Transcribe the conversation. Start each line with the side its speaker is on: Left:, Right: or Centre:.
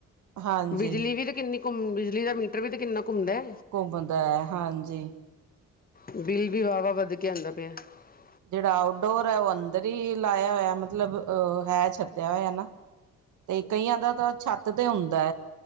Right: ਹਾਂਜੀ
Left: ਬਿਜਲੀ ਵੀ ਤੇ ਕਿੰਨੀ, ਘਮ ਬਿਜਲੀ ਦਾ ਮੀਟਰ ਵੀ ਤੇ ਕਿੰਨਾ, ਘੁੰਮਦਾ
Right: ਘੁੰਮਦਾ ਹੈ। ਹਾਂਜੀ
Left: ਬਿਲ ਵੀ ਵਾਹ ਵਾ ਵੱਧ ਕੇ ਆਦਾ। <unintelligible>
Right: ਜੇੜਾ ਆਊਟਡੋਰ ਹੈ ਓਹ ਅੰਦਰ ਈ ਲਾਇਆ ਹੋਯੈ, ਮਤਲਬ ਅ ਹੈ ਛੱਤਿਆ ਹੋਯੈ ਨਾ। ਤੇ ਕਈਆਂ ਦਾ ਤਾਂ ਛੱਤ ਤੇ ਹੁੰਦੈ।